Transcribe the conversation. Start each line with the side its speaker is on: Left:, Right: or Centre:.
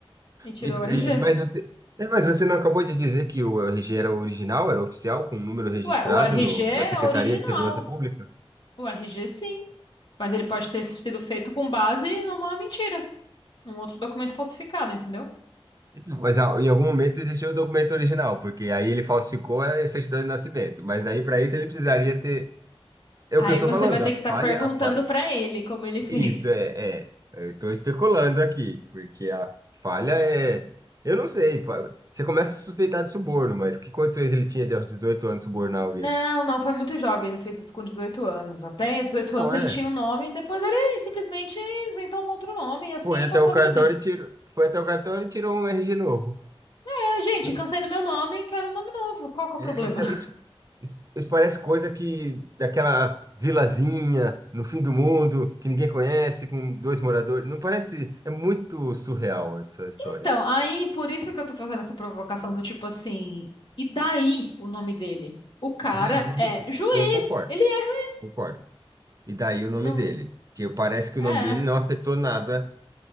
Left: e tirou
Right: E- e-
Left: o RG.
Right: mas você, é, mas você não acabou de dizer que o RG era original, era oficial, com o número registrado
Left: Ué, o RG
Right: no-
Left: é
Right: na Secretaria
Left: original.
Right: de Segurança Pública?
Left: O RG, sim. Mas ele pode ter sido feito com base numa mentira, num outro documento falsificado, entendeu?
Right: Então, Mas ah, em algum momento existiu o documento original, porque aí ele falsificou a certidão de nascimento. Mas aí para isso ele precisaria ter. É
Left: Aí
Right: o que eu estou
Left: você
Right: falando,
Left: vai ter
Right: a
Left: que estar
Right: falha,
Left: perguntando
Right: a falha.
Left: pra ele como ele <laughs> fez.
Right: Isso é, é. Eu estou especulando aqui, porque a falha é. Eu não sei. pa- Você começa a suspeitar de suborno, mas que condições ele tinha de aos dezoito anos subornar alguém?
Left: Não, não, foi muito jovem, ele fez isso com 18 anos. Até 18
Right: Então,
Left: anos ele
Right: é.
Left: tinha um nome, depois ele simplesmente inventou um outro nome e assim
Right: Foi
Left: ele
Right: até
Left: passou
Right: o
Left: a
Right: cartório
Left: vida dele.
Right: e tirou. Foi até o cartório e tirou um RG novo.
Left: É, gente,
Right: Não-
Left: cansei do meu nome, quero um nome novo. Qual que é o
Right: é,
Left: problema?
Right: Isso,
Left: <laughs>
Right: isso, isso, isso parece coisa que daquela vilazinha no fim do mundo que ninguém conhece, com dois moradores. Não parece. É muito surreal essa história.
Left: Então, aí por isso que eu tô fazendo essa provocação do tipo assim, e daí o nome dele? O cara
Right: E daí o nome
Left: é
Right: dele.
Left: juiz,
Right: Eu concordo,
Left: ele é juiz.
Right: concordo. E daí o
Left: Não,
Right: nome dele, que parece que
Left: é,
Right: o nome dele não afetou nada